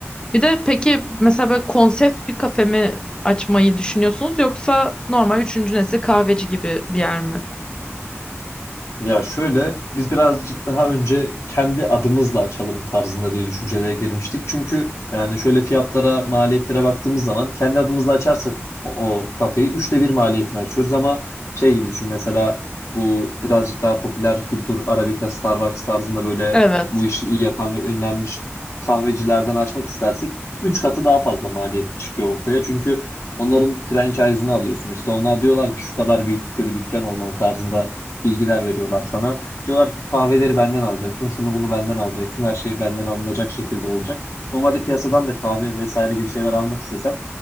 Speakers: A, on the left; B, on the left.
A: Bir de peki mesela böyle konsept bir kafe mi açmayı düşünüyorsunuz yoksa normal üçüncü nesil kahveci gibi bir yer mi?
B: Ya şöyle biz birazcık daha önce kendi adımızla açalım tarzında diye düşüncelere girmiştik. Çünkü yani şöyle fiyatlara, maliyetlere baktığımız zaman kendi adımızla açarsak o, o kafeyi üçte bir maliyetini açıyoruz ama şey gibi düşün mesela bu birazcık daha popüler kültür Arabica, Starbucks tarzında böyle
A: Evet.
B: bu işi iyi yapan ve ünlenmiş kahvecilerden açmak istersek üç katı daha fazla maliyet çıkıyor ortaya. Çünkü onların franchise'ını alıyorsun. İşte onlar diyorlar ki şu kadar büyüklükte bir dükkan olmalı tarzında bilgiler veriyorlar sana. Diyorlar ki kahveleri benden alacaksın, şunu bunu benden alacaksın, her şey benden alınacak şekilde olacak. Normalde piyasadan da kahve vesaire gibi şeyler almak istesem